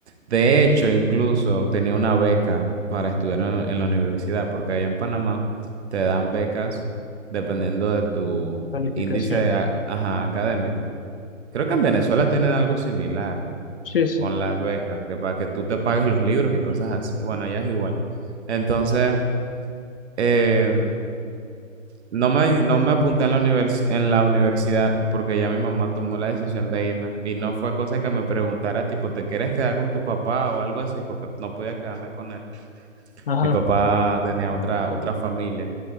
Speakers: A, on the right; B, on the left.
A: De hecho, incluso tenía una beca para estudiar en, en la universidad, porque allá en Panamá te dan becas dependiendo de tu
B: calificación.
A: índice a- ajá, académico. Creo que en Venezuela tienen algo similar
B: Sí, sí.
A: con las becas, que para que tú te pagues los libros y cosas así. Bueno, allá es igual. Entonces, eh, no me, no me apunté en la universi- en la universidad porque ya mi mamá tomó la decisión de irme y no fue cosa que me preguntara, tipo, ¿te quieres quedar con tu papá o algo así? Porque no podía quedarme con él.
B: Ajá.
A: Mi papá tenía otra, otra familia